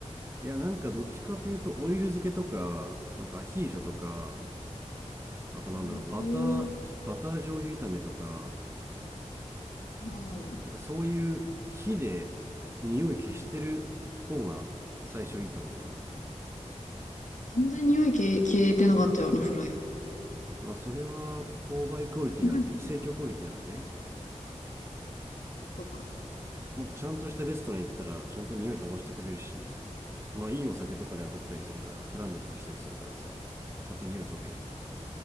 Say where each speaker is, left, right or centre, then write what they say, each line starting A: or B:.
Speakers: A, on the right; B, on the left.
A: いやなんかどっちかというとオイル漬けとかなんかアヒージョとかあとなんだろうバターバター醤油炒めとか
B: へえー、うん。
A: なんかそういう火で匂い消してる方が最初いいと思うな
B: 全然匂い消え、消えてなかったよ、あのフライ。
A: まあそれは購買クオリティなんで、
B: うん。
A: 生協クオリティなんでね。
B: そっか。
A: もっとちゃんとしたレストラン行ったらちゃんと匂い飛ばしてくれるしまあいいお酒とかで炙ったりするからフランベとかしたりするからさちゃんと匂い飛ぶよ